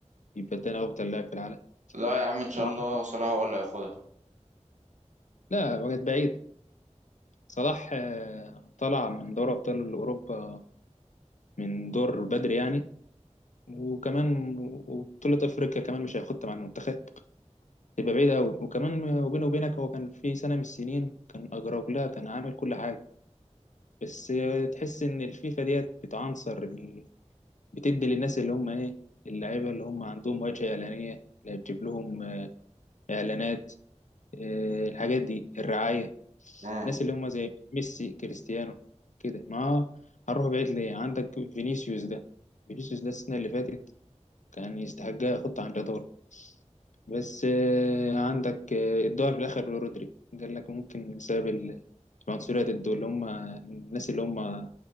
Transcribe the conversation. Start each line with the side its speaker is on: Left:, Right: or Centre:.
Left: يبقى تاني أفضل لاعب في العالم
Right: لا يا عم ان شاء
Left: وع-
Right: الله صلاح هو اللي هياخدها
Left: لا وقت بعيد صلاح آه، طلع من دوري أبطال أوروبا من دور بدري يعني وكمان وبطولة أفريقيا كمان مش هياخدها مع المنتخب تبقى بعيدة أوي وكمان وبينه وبينك هو كان في سنة من السنين كان أجرب لها كان عامل كل حاجة بس تحس إن الفيفا ديت بتعنصر ال- بتدي للناس اللي هم إيه اللعيبة اللي هم عندهم واجهة إعلانية اللي هتجيب لهم إعلانات آه، الحاجات دي الرعاية
Right: امم
Left: الناس اللي هم زي ميسي كريستيانو كده ما هنروح بعيد ليه عندك فينيسيوس ده فينيسيوس ده السنة اللي فاتت كان يستحق يحط عن جدار بس آه، عندك آه، الظهر في الاخر رودري قال لك ممكن بسبب ال- العنصريه ضده اللي هم الناس اللي هم